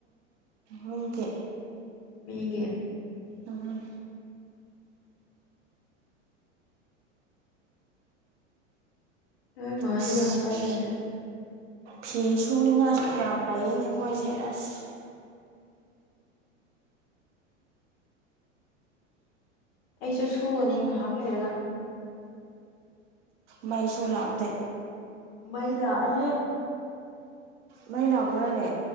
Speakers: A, on the right; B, on the left.
A: ꯃꯤꯒꯤ
B: ꯃꯤꯒꯤ
A: ꯎꯝ
B: ꯅꯣꯏ ꯃꯥꯗꯤ
A: ꯑꯁ
B: ꯌꯥꯝ ꯀꯜꯂꯦꯅꯦ
A: ꯐꯤ ꯁꯨꯅꯤꯡꯉꯥꯏ ꯌꯥꯝ ꯂꯩꯌꯦꯅꯦ ꯑꯩꯈꯣꯏꯁꯦ ꯑꯁ
B: ꯑꯩꯁꯨ ꯁꯨꯒꯅꯤ ꯉꯥꯍꯥꯛ ꯂꯩꯔꯒ
A: ꯃꯩꯁꯨ ꯂꯥꯛꯇꯦ
B: ꯃꯩ ꯂꯥꯛꯑꯦꯍꯦ
A: ꯃꯩ ꯂꯥꯛꯄ꯭ꯔꯅꯦ